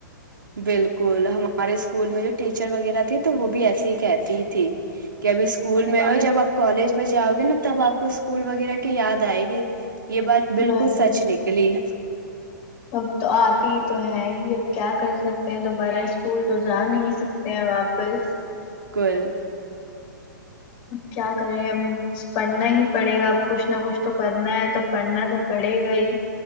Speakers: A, on the right (about 80°); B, on the left (about 40°).
A: بالکل ہمارے اسکول میں جو ٹیچر وغیرہ تھے تو وہ بھی ایسے ہی کہتی تھی کہ ابھی اسکول میں ہو جب آپ کالج میں جاؤ گے نا تب آپ کو اسکول وغیرہ کی یاد آئے گی یہ بات بالکل
B: وہی
A: سچ نکلی
B: اب تو آتی ہی تو ہے ہی اب کیا کر سکتے ہیں دوبارہ اسکول تو جا نہیں سکتے ہیں واپس
A: کل
B: اب کیا کرے ا پڑھنا ہی پڑے گا اب کچھ نہ کچھ تو کرنا ہے تو پڑھنا تو پڑے گا ہی